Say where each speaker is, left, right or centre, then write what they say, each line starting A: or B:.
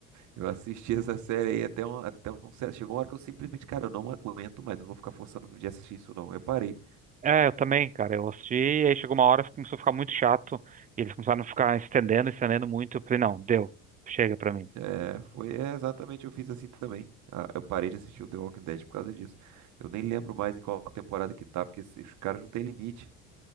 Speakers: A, on the right; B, on the right.
A: Eu assisti essa série aí até um, até um certo. Chegou uma hora que eu simplesmente, cara, eu não aguento mais. Não vou ficar forçando de assistir isso, não. Eu parei.
B: É, eu também, cara. Eu assisti e aí chegou uma hora que começou a ficar muito chato. E eles começaram a ficar estendendo, estendendo muito. Eu falei, não, deu. Chega pra mim.
A: É, foi é, exatamente, eu fiz assim também. Ah, Eu parei de assistir o The Walking Dead por causa disso. Eu nem lembro mais em qual temporada que tá, porque esses- os caras não têm limite.